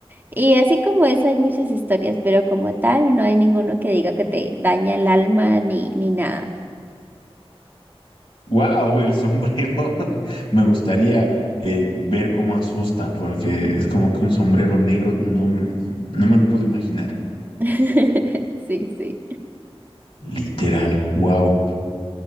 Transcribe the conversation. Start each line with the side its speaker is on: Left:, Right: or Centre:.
Right: Y así como es, hay muchas historias, pero como tal, no hay ninguno que diga que te daña el alma ni, ni nada.
Left: ¡Wow! El sombrero. <laughs> Me gustaría eh, ver cómo asusta, porque es como que un sombrero negro, no, m- no me lo puedo imaginar.
Right: <laughs> Sí, sí.
Left: Literal, wow.